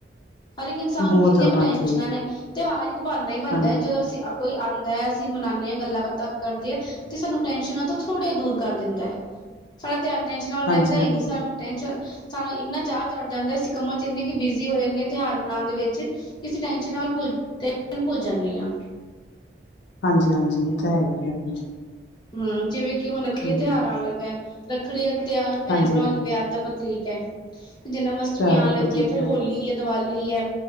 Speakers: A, on the left (about 25°); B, on the left (about 80°).
A: ਹਰ ਇੱਕ ਇਨਸਾਨ
B: ਬਹੁਤ
A: ਨੂੰ ਕਿੰਨੀਆਂ ਕੁ
B: ਹਾਂਜੀ
A: ਟੈਨਸ਼ਨਾਂ ਨੇ ਤਿਉਹਾਰ ਇੱਕ ਬਣਨਾ ਹੀ ਬਣਦਾ
B: ਹਾਂਜੀ
A: ਹੈ ਜਦੋਂ ਅਸੀਂ ਕੋਈ ਆਂਦਾ ਅਸੀਂ ਮਨਾਦੇ ਹਾਂ ਗੱਲਾਂ ਬਾਤਾਂ ਕਰਦੇ ਤੇ ਸਾਨੂੰ ਟੈਸ਼ਨਾਂ ਤੋਂ ਥੋੜਾ ਦੂਰ ਕਰ ਦਿੰਦਾ ਹੈ। ਸੜਾ ਧਿਆਨ ਟੈਨਸ਼ਨ ਵੱਲ ਰਹਿੰਦਾ
B: ਹਾਂਜੀ
A: ਹੀ
B: ਹਾਂਜੀ
A: ਨਹੀਂ ਸਾਨੂੰ ਟੈਸ਼ਨ ਸਾਨੂੰ ਇੰਨਾ ਚਾਹ ਚੜ੍ਹ ਜਾਂਦਾ ਅਸੀਂ ਕੰਮਾਂ 'ਚ ਇੰਨੀ ਕੁ ਬਿਜ਼ੀ ਹੋ ਜਾਂਦੇ ਹਾਂ ਤਿਉਹਾਰ ਮਨਾਉਣ ਦੇ ਵਿੱਚ ਕੀ ਟੈਸ਼ਨਾਂ ਵੱਲ ਭੁੱਲ ਜਾਂਦੇ ਹਾਂ
B: ਹਾਂਜੀ ਹਾਂਜੀ ਇਹ ਤਾਂ ਹੈ ਹੀ ਆ ਹਾਂਜੀ
A: ਹੂੰ ਜਿਵੇਂ ਕਿ ਹੁਣ ਰੱਖੜੀ
B: ਹਮ
A: ਦਾ ਤਿਉਹਾਰ
B: ਹਮ
A: ਆਉਣ ਲੱਗਾ ਰੱਖੜੀ ਦਾ ਤਿਉਹਾਰ ਭੈਣ
B: ਹਾਂਜੀ
A: ਭਰਾਵ ਦੇ ਵਿਆਹ ਦਾ ਪ੍ਰਤੀਕ ਹੈ ਜਨਮ ਅਸ਼ਟਮੀ
B: ਪਿਆਰ
A: ਆਉਣ
B: ਦਾ
A: ਲੱਗੀ
B: ਪ੍ਰਤੀਕ
A: ਹੈ ਫਿਰ ਹੋਲੀ ਹੈ ਦੀਵਾਲੀ ਹੈ।